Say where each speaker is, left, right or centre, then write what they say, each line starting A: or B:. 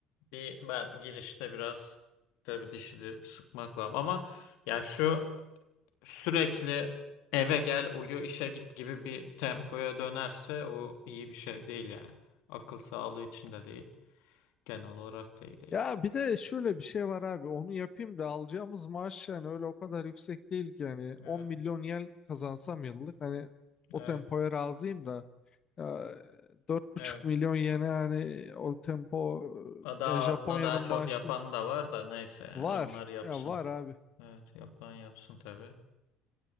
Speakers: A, on the left; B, on the left.
A: Bir ben girişte biraz tabii dişini sıkmakla ama ya şu sürekli eve gel uyu işe git gibi bir tempoya dönerse o iyi bir şey değil yani. Akıl sağlığı için de değil, genel olarak da iyi değil.
B: Ya bir de şöyle bir şey var abi onu yapayım da alacağımız maaş yani öyle o kadar yüksek değil ki yani
A: Evet,
B: 10 milyon yen kazansam yıllık hani o
A: evet,
B: tempoya razıyım da ya, dört buçuk
A: evet.
B: milyon yene yani o tempo
A: Daha
B: e, ya Japonya'nın
A: ağzına daha çok
B: maaşlı
A: yapan da var da neyse
B: var
A: yani onlar yapsın.
B: ya var abi
A: Evet, yapan yapsın tabii.